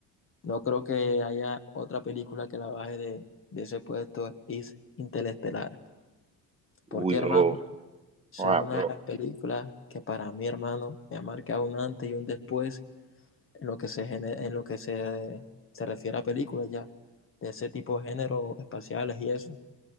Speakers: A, on the left; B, on the right.
A: no creo que haya otra película que la baje de, de ese puesto, es Interestelar.
B: Uy,
A: ¿Por qué, hermano?
B: bro,
A: Esa
B: ah,
A: es una
B: bro,
A: de las películas que para mí, hermano, me ha marcado un antes y un después en lo que se, gene- en lo que se, se refiere a películas ya, de ese tipo de géneros espaciales y eso.